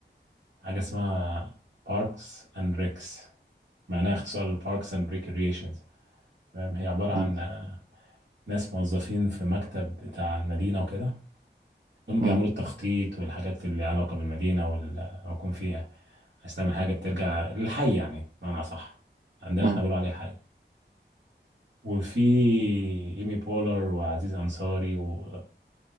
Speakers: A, on the right (about 70°); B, on the right (about 45°).
A: حاجة اسمها باركس اند ريكس معناها اختصار لباركس اند ريكريشنز تمام هي عبارة عن
B: امم
A: آه، ناس موظفين في مكتب بتاع المدينة وكده اللي هم بيعملوا
B: امم
A: التخطيط والحاجات اللي ليها علاقة بالمدينة والمكون فيها عايز تعمل حاجة بترجع للحي يعني بمعنى صح عندنا
B: أمم.
A: احنا بنقول عليه الحي وفي ايمي بولر وعزيز أنصاري و...